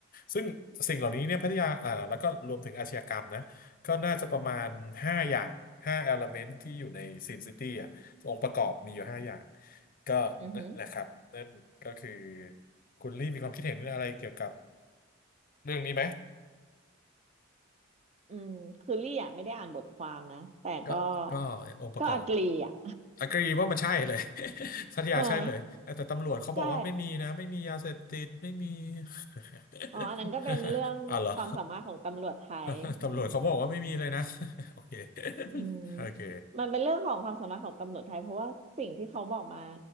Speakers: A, on the left (about 45°); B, on the right (about 30°).
A: ซึ่งสิ่งเหล่านี้เนี่ยพัทยาเอ่อแล้วก็รวมถึงอาชญากรรมนะก็น่าจะประมาณห้าอย่างห้าเอลเมนตที่อยู่ในซีซิตี้อ่ะองค์ประกอบมีอยู่ห้าอย่างก็นั่นแหละครับนั่นก็คือ
B: อือหือ
A: คุณลี่มีความคิดเห็นอะไรเกี่ยวกับเรื่องนี้ไหม
B: อืมคือลี่อ่ะไม่ได้อ่านบทความนะแต่ก็
A: ก็ก็องค์ประกอบ
B: ก็อกลีอ่ะ
A: agree ว่ามันใช่เลย <laughs> สัตยาใช่เลยแต่แต่ตำรวจเขาบอกว่าไม่มีนะ
B: <laughs> เออใช่
A: ไม่มียาเสพติด ไม่มี <laughs>
B: อ๋ออันนั้นก็เป็นเรื่องความสามารถของตำรวจไทยอืม
A: อ้าวเหรอ <laughs> ตำรวจเขาบอกว่าไม่มีเลยนะ <laughs> โอเค
B: อืม
A: โอเค
B: มันเป็นเรื่องของความสามารถของตำรวจไทยเพราะว่าสิ่งที่เขาบอกมา